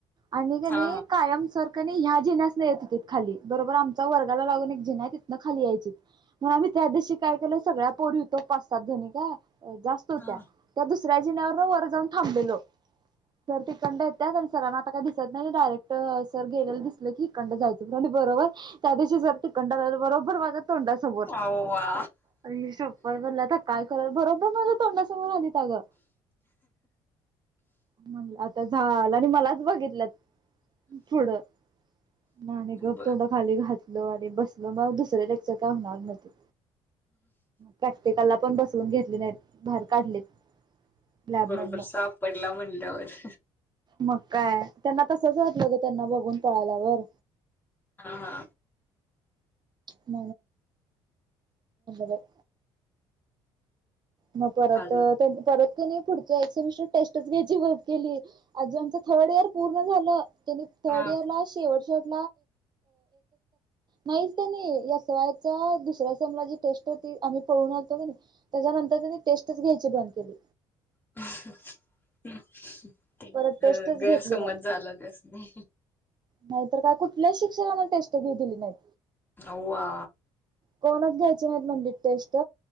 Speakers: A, on the right; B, on the left.
A: आणि कनी
B: हा
A: कायम सर कनी ह्या जिन्यासने येत होतेत खाली बरोबर आमचा वर्ग लागून एक जीना आहे तिथनं खाली यायची मग आम्ही त्या दिवशी काय केलं सगळ्या पोरी होतो पाच सात जणी काय. जास्त होत्या
B: हा
A: त्या दुसऱ्या जिण्यावरन वर जाऊन थांबलेलो सर तिकंड येत्यात आणि सरां आता काय दिसत नाही डायरेक्ट सर गेलेल दिसल की इकंड जायचं बरोबर त्या दिवशी सर तिकडं कंडा <unintelligible> बरोबर तोंडासमोर
B: अव्वा
A: अय शप्पत <unintelligible> काय कर बरो माझ्या तोंडासमोर आलीत ग म्ह झालं आणि मलाच बघितल्यात पुढं नाही आणि गफ
B: बर
A: तोंड खाली घात बलो आणि बसल मग दुसरे लेक्चर काय होणार न्हवतीत प्रॅक्टिकलला पण बसवून घेतली नाहीत बाहेर काढलीत लॅबमधन
B: बरोबर सापडला म्हणल्यावर
A: मग काय त्यांना तसंच वाटल बघ <unintelligible> त्यांना बघून पळाल्यावर
B: हा हा
A: म <unintelligible> मग परत
B: आलं
A: त्यांनी परत पुढच सेमीस्टर टेस्टच घ्यायची बंद केली अजून आमच थर्ड इयर पूर्ण झालं त्यांनी थर्ड
B: हा
A: इयर ला शेवट शेवट नाही त्यानी एस वाय च्या दुसऱ्या सेमला जी टेस्ट आम्ही पळून आलतो त्याच्यानंतर त्यानी टेस्टच घ्यायची बंद केली.
B: <unintelligible> ते
A: परत टेस्टच
B: गैरसमज
A: घेतली नाहीत.
B: झाला त्यासनी
A: नाहीतर काय कुठल्या शिक्षकांना टेस्ट घेऊ दिली नाहीत.
B: अवा.
A: कोणच घ्यायचे नाहीत म्हंटलंबीत टेस्ट